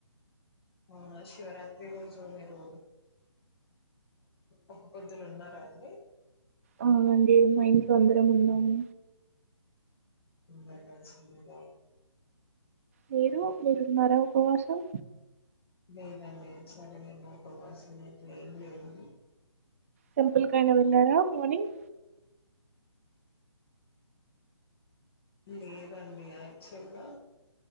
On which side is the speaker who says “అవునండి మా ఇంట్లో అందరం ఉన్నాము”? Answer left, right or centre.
Right